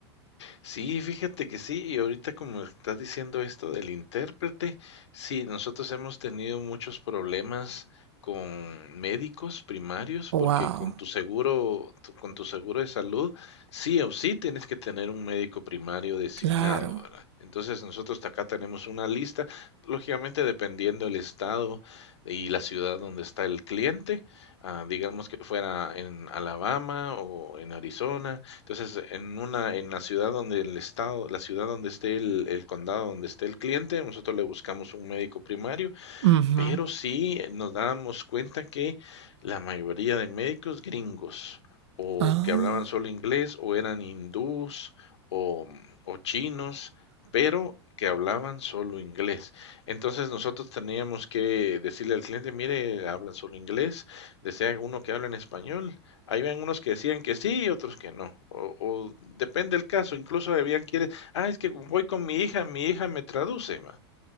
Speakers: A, on the left (about 85°); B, on the right (about 80°).
A: Sí, fíjate que sí, y ahorita como estás diciendo esto del intérprete, sí, nosotros hemos tenido muchos problemas con médicos primarios
B: ¡Wow!
A: porque con tu seguro, tu- con tu seguro de salud, sí o sí tienes que tener un médico primario designado,
B: Claro.
A: ¿verdad? Entonces nosotros acá tenemos una lista, lógicamente dependiendo del estado y la ciudad donde está el cliente, ah, digamos que fuera en Alabama o en Arizona Entonces, en una, en la ciudad donde el estado, la ciudad donde esté el, el condado donde esté el cliente, nosotros le buscamos un médico primario
B: Uh -huh.
A: pero sí eh, nos dábamos cuenta que la mayoría de médicos gringos, o
B: Ah.
A: que hablaban solo inglés, o eran hindús, o, mm, o chinos, pero que hablaban solo inglés. Entonces nosotros teníamos que decirle al cliente, mire, hablan solo inglés, desea uno que hable en español. Habían unos que decían que sí y otros que no, o, o depende del caso, incluso habían quienes, ah, es que voy con mi hija, mi hija me traduce, ma.